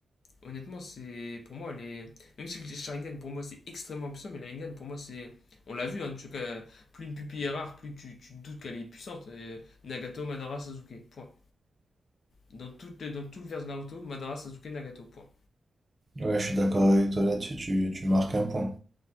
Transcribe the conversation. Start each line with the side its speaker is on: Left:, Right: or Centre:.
Left: Honnêtement, c'est pour moi, les... même si le Sharingan pour moi c'est extrêmement puissant, mais le Rinnegan pour moi c'est. On l'a vu, hein, tu- euh, plus une pupille est rare, plus tu, tu doutes qu'elle est puissante. Et Nagato, Madara, Sasuke, point. Dans, tout dans tout le vers de Naruto, Madara, Sasuke, Nagato, point.
Right: Ouais, je suis d'accord avec toi là-dessus, tu, tu marques un point.